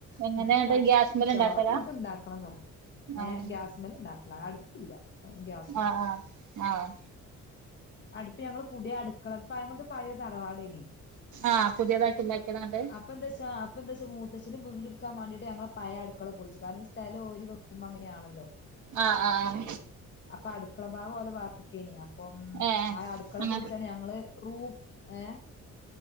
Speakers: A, on the right; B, on the left.
A: എങ്ങനെയാട്ട്
B: എനിക്ക ഇണ്ട
A: ഗ്യാസ്മല്
B: ചോറൊക്കെ
A: ഇണ്ടാക്കലാ
B: എനക്ക് ഇണ്ടാക്കണം പറയാ
A: ആഹ്
B: ഏ ഗ്യാസ്മിൽ ഇണ്ടാക്കണം അടുപ്പില്ല അതോണ്ട് ഗ്യാസ്മ
A: ആഹ്
B: ഉണ്ടാക്കും
A: ആഹ് ആഹ്
B: അടുപ്പ് ഞങ്ങൾ പുതിയ അടുക്കള <unintelligible> തറവാടേനി
A: ആഹ് പുതിയതായിട്ട് ഇണ്ടാക്കിയതാണ്ട്
B: അപ്പ എന്താച്ചാ അപ്പ എന്താച്ച മൂ മൂത്തച്ഛൻ വീട് ടുക്കാൻ മാണ്ടീട്ട് ഞങ്ങള പഴയ അടുക്കള പൊളിച് കാരണം സ്ഥല ഓരീവെക്കുമ്പോ അങ്ങനാണല്ലോ
A: ആഹ് ആഹ്
B: അപ്പൊ അടുക്കള ഭാഗം ഓലെ ഭാഗത്തിക്കേനി അപ്പം
A: ഏഹ്
B: ആ അടുക്കള
A: അങ്ങ
B: പൊളിച്ചാണ് ഞങ്ങള് റൂം ഏ